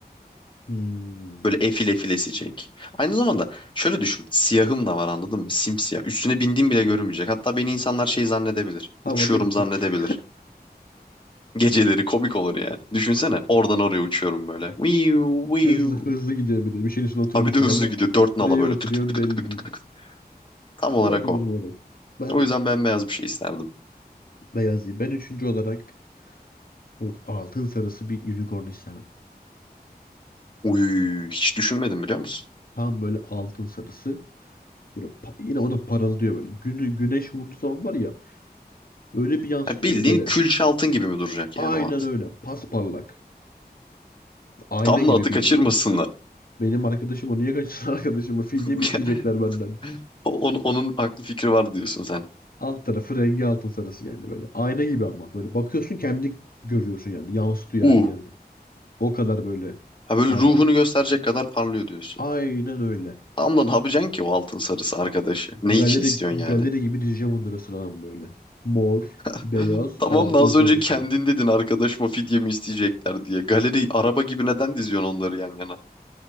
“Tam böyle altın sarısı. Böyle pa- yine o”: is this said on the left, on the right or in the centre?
Left